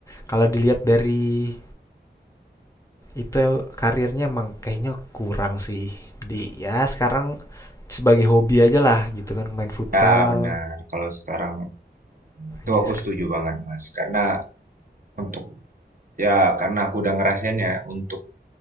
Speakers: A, on the left (about 15°); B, on the right (about 50°).
A: kalau dilihat dari itu karirnya emang kayaknya kurang sih. Jadi ya sekarang sebagai hobi aja lah gitu kan main futsal.
B: Ya, benar. Kalau sekarang itu
A: Iya,
B: aku
A: sek-
B: setuju banget, Mas. Karena untuk Ya, karena aku udah ngerasain ya, untuk